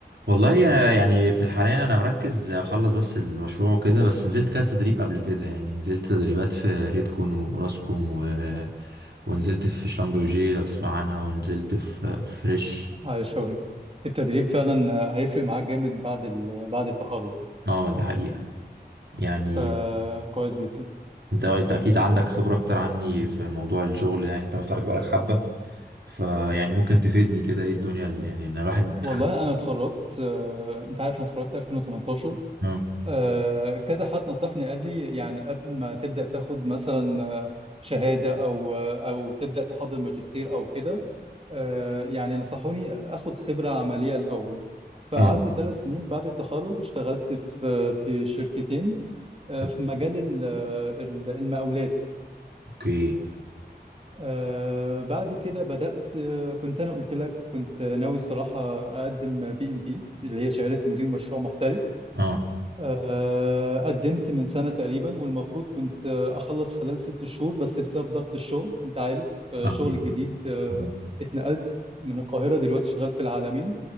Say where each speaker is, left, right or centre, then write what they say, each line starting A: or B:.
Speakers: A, on the right; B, on the right.
A: والله يا- يعني في الحالية أنا مركز أخلص بس المشروع وكده بس نزلت كذا تدريب قبل كده يعني نزلت تدريبات في ريدكون وراسكوم و... ونزلت في شلمبرجي لو تسمع عنها ونزلت في في فريش
B: على الشغل التدريب فعلا آه، هيفرق معاك جامد بعد ال... بعد التخرج
A: اه ده حقيقة يعني
B: فكويس جدا
A: انت آه، انت اكيد عندك خبرة اكتر عني في موضوع الشغل يعني انت متخرج بقالك حبة فيعني ممكن تفيدني كده ايه الدنيا اللي يعني إن الواحد
B: والله انا اتخرجت آه، انت عارف انا اتخرجت 2018
A: اه
B: آه، كذا حد نصحني قال لي يعني قبل ما تبدأ تاخد مثلا آه، شهادة أو آه، أو تبدأ تحضر ماجستير أو كده آه، يعني نصحوني أخد خبرة عملية الأول فقعدت
A: اه
B: ثلاث سنين بعد التخرج اشتغلت في في شركتين آه،
A: طب
B: في مجال ال- آه، ال- المقاولات
A: اوكي
B: آه، بعد كده بدأت آه، كنت أنا قلت لك كنت ناوي الصراحة أقدم بي إم بي اللي هي شهادة مدير مشروع محترف
A: اه
B: آه، قدمت من سنة تقريبا والمفروض كنت آه، أخلص خلال ست شهور بس بسبب ضغط الشغل أنت عارف آه،
A: اه
B: شغل الجديد آه،
A: مم.
B: اتنقلت من القاهرة دلوقتي شغال في العالمين